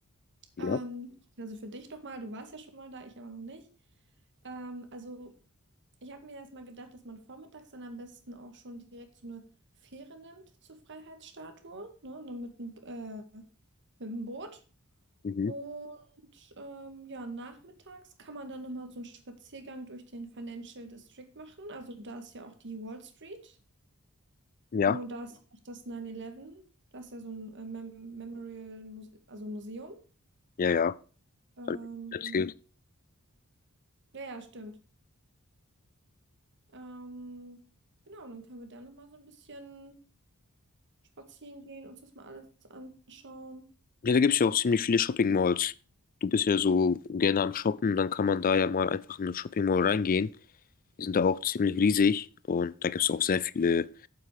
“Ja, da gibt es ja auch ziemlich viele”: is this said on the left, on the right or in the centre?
Left